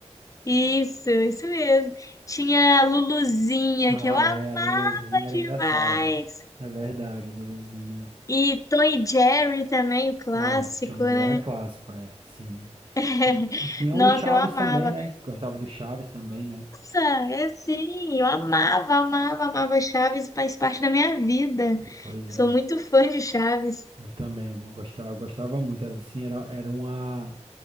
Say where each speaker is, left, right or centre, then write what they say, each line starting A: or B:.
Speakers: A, on the left; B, on the right.
A: isso, isso mesmo. Tinha a Luluzinha,
B: Ah,
A: que eu amava
B: é, a Lolozinha era
A: demais.
B: engraçada. É verdade, Lolozinha.
A: E Tom e Jerry também, o clássico,
B: Ah, John
A: né?
B: Jerry é clássico, é, sim.
A: <laughs>
B: E tinha
A: Nossa,
B: o Chaves
A: eu amava.
B: também, né? que Gostava do Chaves também, né?
A: Nossa, é sim, eu amava, amava, amava Chaves, faz parte da minha vida.
B: Pois
A: Sou
B: é.
A: muito fã de Chaves.
B: Eu também eu gostava, eu gostava muito, era assim, era, era uma,